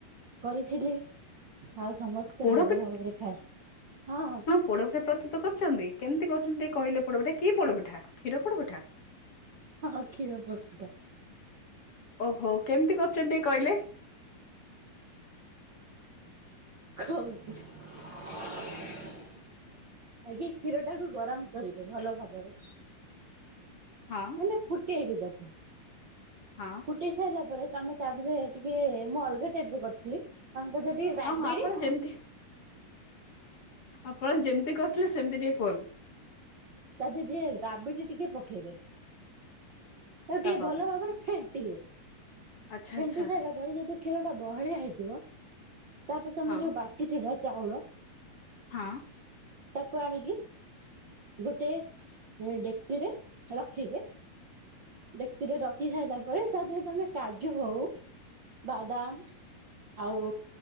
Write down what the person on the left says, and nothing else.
ପୋଡ
ପୋଡ଼ପିଠା ପ୍ରସ୍ତୁତ କରିଚନ୍ତି କେମିତି କରିଛନ୍ତି ଟିକେ କହିଲେ ପୋଡ଼ପିଠା କି ପୋଡ଼ପିଠା କ୍ଷୀର ପୋଡ଼ପିଠା?
ଓହୋ କେମିତି କରିଚନ୍ତି ଟିକେ କଇଲେ?
ହଁ।
ହଁ।
ହଁ ହଁ ଆପଣ ଯେମିତି ଆପଣ ଯେମିତି କରିଥିଲେ ସେମତି ଟିକେ କୁହନ୍ତୁ।
ଓହୋ।
ଆଚ୍ଛା
ଆଚ୍ଛା
ହଁ
ହଁ।